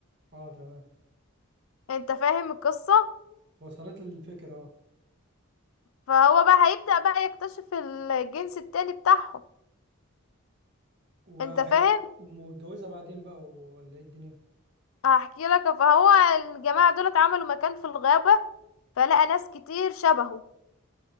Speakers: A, on the right; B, on the left.
A: اه تمام
B: انت فاهم القصة
A: وصلت له الفكرة اه
B: فهو بقى هيبدأ بقى يكتشف الجنس التاني بتاعهم
A: وهي
B: انت فاهم
A: متجوزة بعدين بقى ولا ايه الدنيا
B: هحكي لك فهو الجماعة دول اتعملوا مكان في الغابة فلقى ناس كتير شبهه